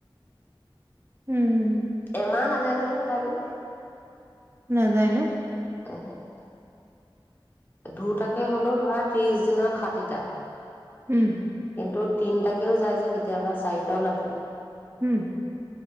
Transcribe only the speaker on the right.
হম।
নাজায় ন।
হম।
হম।